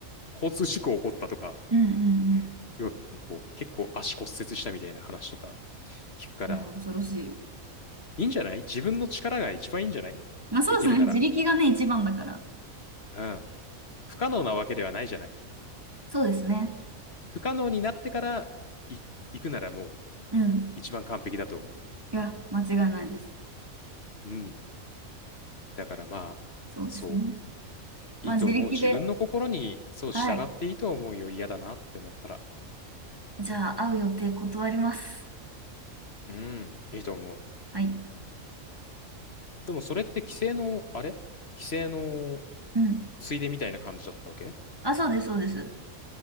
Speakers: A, on the left (about 50°); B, on the right (about 15°).
A: 交通事故起こったとか、
B: うん、うん。うん
A: 要はこう、結構足骨折したみたいな話とか聞くから、
B: いや、恐ろしい。
A: いいんじゃない自分の力が一番いいんじゃないできるなら。
B: まあそうですね。自力がね、一番だから。
A: うん。不可能なわけではないじゃない。
B: そうですね。
A: 不可能になってからい行くならもう
B: うん。
A: 一番完璧だと思う。
B: いや、間違いないです。
A: うん。だからまあ、
B: そうですね。
A: そう。
B: まあ自力で。
A: いいと思う。自分の心に、そう、
B: はい。
A: 従っていいと思うよ。嫌だなって思ったら。
B: じゃあ、会う予定断ります。
A: うん、いいと思う。
B: はい。
A: でもそれって規制の、あれ規制の
B: うん。
A: ついでみたいな感じだったわけ
B: あ、そうです、そうです。